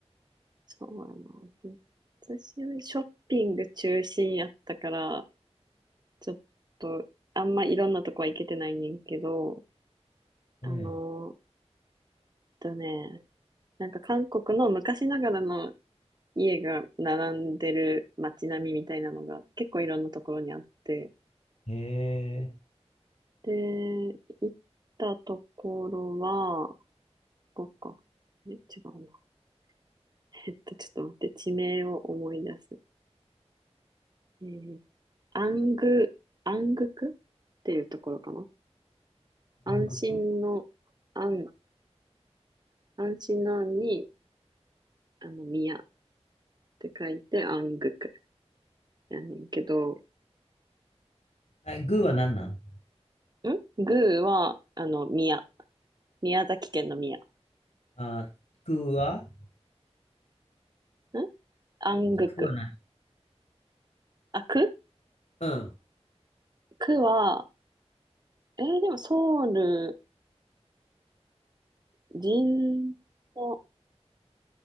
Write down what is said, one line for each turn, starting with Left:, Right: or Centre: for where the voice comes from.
Right: そうやな。私はショッピング中心やったから、ちょっと、あんまいろんなとこは行けてないねんけど、
Left: うん。
Right: あのーえっとね、なんか韓国の昔ながらの家が並んでる街並みみたいなのが結構いろんなところにあって、
Left: へえ、
Right: で、行ったところは、ここか。あれ違うな。<laughs> えっと、ちょっと待って、地名を思い出す。えー、アング、アングクっていうところかな。安心の、
Left: 南国
Right: 安、安心の安に、あの、宮って書いて、安グクやねんけど、
Left: あ、グーは何なん
Right: んグーは、あの、宮。宮崎県の宮。
Left: あ、グーは
Right: ん安グク。
Left: グーは何
Right: あ、く
Left: うん。
Right: 区は、えーでもソウル、人の、